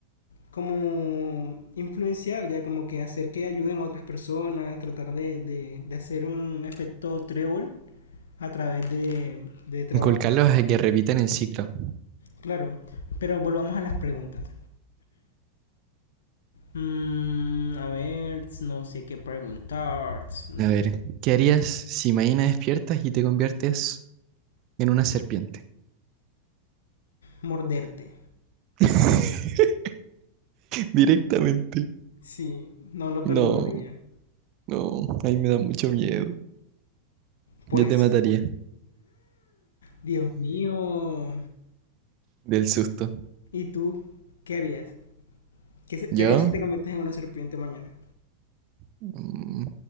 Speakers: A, on the left; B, on the right.
A: como influenciar, ya como que hacer que ayuden a otras personas, tratar de, de, de hacer un efecto trébol a través de, de trabajo.
B: Inculcarlos a que repitan el ciclo.
A: Claro, pero volvamos a las preguntas. Mm, a ver, no sé qué preguntar. Mm,
B: A ver, ¿qué harías si mañana despiertas y te conviertes en una serpiente?
A: Morderte.
B: <laughs> Directamente.
A: Sí, no lo
B: No,
A: perdonaría.
B: no, ahí me da mucho miedo.
A: Por
B: Yo
A: eso.
B: te mataría
A: Dios mío.
B: del susto.
A: ¿Y tú qué harías? ¿Qué, se-
B: Yo,
A: qué harías si te conviertes en una serpiente mañana?
B: mm,